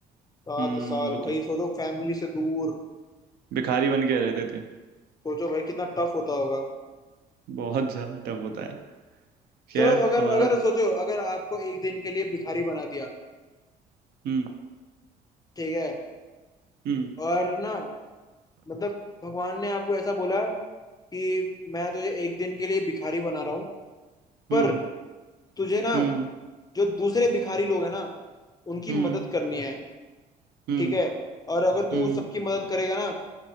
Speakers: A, on the left (about 20°); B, on the right (about 65°).
A: सात
B: हम्म
A: साल
B: वो
A: भाई
B: तो है।
A: सोचो फैमिली से दूर
B: भिखारी बन के रहते थे
A: सोचो भाई कितना टफ होता होगा
B: बहुत ज्यादा टफ होता है खैर
A: चलो अगर
B: हमारा
A: अगर सोचो अगर आपको एक दिन के लिए भिखारी बना दिया
B: हम्म
A: ठीक है
B: हम्म
A: और ना मतलब भगवान ने आपको ऐसा बोला कि मैं तुझे एक दिन के लिए भिखारी बना रहा हूँ पर
B: हम्म
A: तुझे ना
B: हम्म
A: जो दूसरे भिखारी लोग हैं ना उनकी
B: हम्म
A: मदद करनी है
B: हम्म
A: ठीक है और अगर तू
B: हम्म
A: सबकी मदद करेगा ना